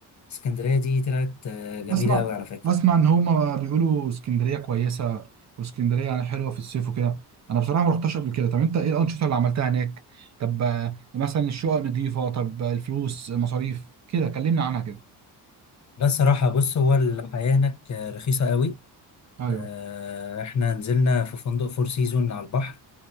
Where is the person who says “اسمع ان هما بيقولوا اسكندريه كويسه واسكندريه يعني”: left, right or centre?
Right